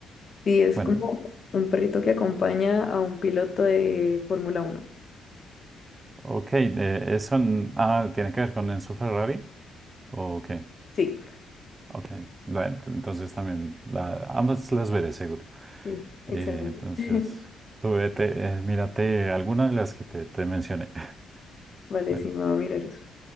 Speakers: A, on the left; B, on the right.
A: sí es
B: Bueno,
A: como un perrito que acompaña a un piloto de Fórmula uno
B: ok, eh, eso n- ah, tiene que ver con Enzo Ferrari. ¿O qué?
A: Sí,
B: Ok, bueno, entonces también la, ambas las veré seguro.
A: sí,
B: Eh,
A: excelente.
B: entonces,
A: <laughs>
B: tú vete, eh, mírate alguna de las que te, te mencioné. <laughs>
A: Vale,
B: Bueno,
A: sí, me va a mirar eso.